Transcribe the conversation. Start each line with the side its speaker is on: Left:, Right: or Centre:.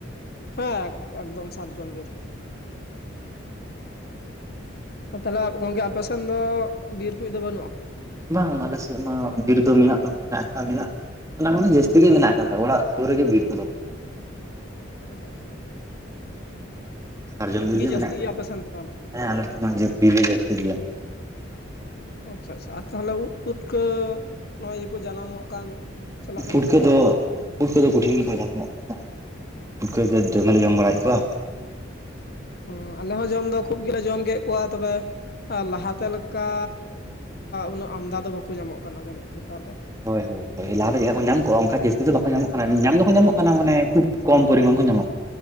Left: ᱦᱮᱸ ᱟᱛ ᱮᱠᱫᱚᱢ ᱥᱟᱨᱡᱚᱢ ᱵᱤᱨ ᱜᱮ᱾ ᱛᱟᱦᱞᱮ ᱜᱚᱝᱠᱮ ᱟᱯᱮᱥᱮᱱ ᱫᱚ ᱵᱤᱨ ᱠᱩ ᱫᱚ ᱵᱟᱹᱱᱩᱜ-ᱟ?
Right: ᱵᱟᱝᱟ ᱟᱞᱮ ᱥᱮᱡ ᱢᱟ ᱵᱤᱨᱫᱚ ᱢᱮᱱᱟᱜ ᱫᱚ ᱢᱮᱱᱟᱜ ᱟᱠᱟᱫ ᱜᱮᱭᱟ᱾ ᱢᱟᱱᱮ ᱡᱟᱹᱥᱛᱤ ᱜᱮ ᱢᱮᱱᱟᱜ ᱟᱠᱟᱫᱟ ᱚᱲᱟᱜ ᱥᱩᱨ ᱨᱮᱜᱮ ᱵᱤᱨ ᱠᱚᱫᱚ᱾
Left: ᱪᱮᱫᱟᱜ ᱥᱮ
Right: ᱥᱟᱨᱡᱚᱢ ᱵᱤᱨ ᱜᱮ
Left: ᱡᱟᱹᱥᱛᱤ
Right: ᱢᱮᱱᱟᱜ ᱟᱠᱟᱫᱟ
Left: ᱜᱮᱭᱟ ᱟᱯᱮᱥᱮᱱ ᱫᱚ ᱛᱟᱦᱚᱞᱮ
Right: ᱟᱞᱮ ᱴᱷᱮᱱ ᱢᱟ ᱵᱤᱨ ᱜᱮ ᱡᱟᱹᱥᱛᱤ ᱜᱮᱭᱟ᱾
Left: ᱟᱪᱷᱟ ᱟᱪᱷᱟ ᱟᱨ ᱛᱟᱦᱚᱞᱮ ᱩᱫ ᱯᱩᱴᱠᱟᱹ ᱠᱚ ᱡᱟᱱᱟᱢᱚᱜ ᱠᱟᱱ ᱪᱟᱞᱟᱜ
Right: ᱯᱷᱩᱴᱠᱟᱹ
Left: ᱠᱟᱱᱟ ᱯᱮ ᱥᱮ
Right: ᱫᱚ
Left: ᱵᱟᱝ
Right: ᱯᱷᱩᱴᱠᱟᱹ ᱫᱚ ᱠᱚᱴᱷᱤᱱ ᱜᱮᱠᱚ ᱡᱟᱱᱟᱢ ᱚᱜ ᱠᱟᱱᱟ᱾ ᱯᱩᱴᱠᱟ. ᱜᱮ ᱫᱚᱢᱮ ᱞᱮ ᱡᱚᱢ ᱵᱟᱲᱟᱮᱫ ᱠᱚᱣᱟ᱾
Left: ᱦᱚ ᱟᱞᱮ ᱦᱚᱸ ᱡᱚᱢ ᱫᱚ ᱠᱷᱩᱵ ᱜᱮᱞᱮ ᱡᱚᱢ ᱠᱮᱫ ᱠᱚᱣᱟ ᱛᱚᱵᱮ ᱞᱟᱦᱟᱛᱮ ᱞᱮᱠᱟ ᱩᱱᱟᱹᱜ ᱟᱢᱫᱟ ᱫᱚ ᱵᱟᱠᱚ ᱧᱟᱢᱚᱜ ᱠᱟᱱᱟ ᱡᱟᱹᱱᱤᱡ ᱱᱮᱛᱟᱨ ᱫᱚ᱾
Right: ᱦᱳᱭ ᱦᱚᱭ ᱞᱟᱦᱟ ᱪᱮᱫ ᱞᱮᱠᱟ ᱠᱚ ᱧᱟᱢ ᱠᱚ-ᱟ ᱚᱱᱠᱟ ᱡᱟᱹᱥᱛᱤ ᱫᱚ ᱵᱟᱠᱚ ᱧᱟᱢᱚᱜ ᱧᱟᱢ ᱫᱚᱠᱚ ᱧᱟᱢᱚᱜ
Left: ᱦᱮᱸ
Right: ᱠᱟᱱᱟ
Left: ᱦᱮᱸ
Right: ᱢᱟᱱᱮ ᱠᱷᱩᱵ ᱠᱚᱢ ᱯᱚᱨᱤᱢᱟᱱ
Left: ᱦᱩᱸ
Right: ᱠᱚ ᱧᱟᱢᱚᱜ